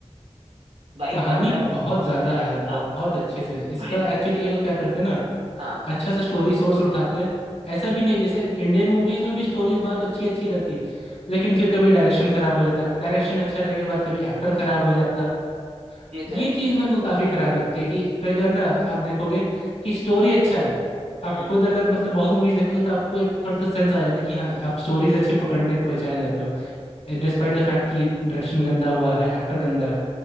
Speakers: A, on the right; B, on the left.
A: भाई
B: कहानी
A: बंदा
B: बहुत ज़्यादा है
A: हाँ
B: बहुत अच्छे से इसका
A: <laughs>
B: एक्चुअली ये लोग क्या करते हैं ना
A: हाँ
B: अच्छा सा स्टोरी सोर्स उठाते हैं ऐसा भी नहीं जैसे इंडियन मूवीज में भी स्टोरीज बहुत अच्छी अच्छी रहती लेकिन फिर कभी डायरेक्शन खराब हो जाता है डायरेक्शन अच्छा रहने के बाद कभी एक्टर खराब हो जाता
A: ये तो
B: ये
A: है
B: चीज़ मेरे को काफ़ी खराब लगती है कि कई बार ना आप देखोगे कि स्टोरी अच्छा है आप
A: हम्म
B: खुद अगर मतलब बहुत मूवीज देखोगे तो आपको एक थोड़ा सा सेंस आ जाता है कि हाँ आप स्टोरीज अच्छी पकड़ने पहचान जाते हो डिस्पाइट द फैक्ट कि डायरेक्शन गंदा हुआ है एक्टर गंदा है